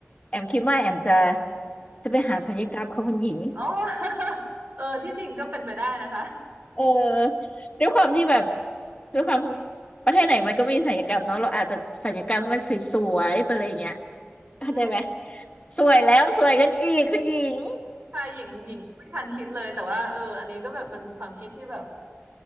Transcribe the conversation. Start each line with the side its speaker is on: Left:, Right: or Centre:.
Left: แอมคิดว่าแอมจะจะไปหาศัลยกรรมค่ะคุณหญิง
Right: อ๋อ <laughs> เออที่จริงก็เป็นไปได้นะคะ
Left: เออด้วยความที่แบบด้วยความประเทศไหนมันก็มีศัลยกรรมเนาะเราอาจจะศัลยกรรมให้มันสวยๆไปเลยอย่างเงี้ยเข้าใจไหม
Right: อืม
Left: สวยแล้วสวยกันอีกคุณหญิง
Right: ค่ะหญิงหญิงไม่ทันคิดเลยแต่ว่าเอออันนี้ก็แบบเป็นความคิดที่แบบ